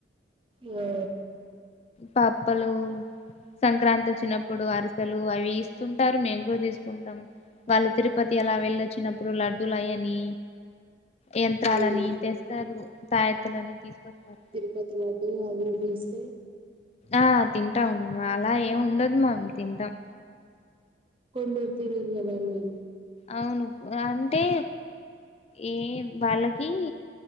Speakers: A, on the right (about 30°); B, on the left (about 35°).
A: ఆ
B: పాప్పలు సంక్రాంతి వచ్చినప్పుడు అరిసెలు అవి ఇస్తుంటారు మేము కూడా తీసుకుంటాం వాళ్ళు తిరుపతి అలా వెళ్ళొచ్చినప్పుడు లడ్దులు అయని యంత్రాలని
A: ఉమ్,
B: తెస్తారు తాయత్తులని తీసుకొస్తారు
A: ఇతను వడ్డి ఆవి ఇవి తీస్తే
B: ఆ తింటాం అలా ఏమి ఉండదు మాకు తింటాం
A: కొందరు తినరు కదండీ
B: అవును అంటే ఏ వాళ్ళకి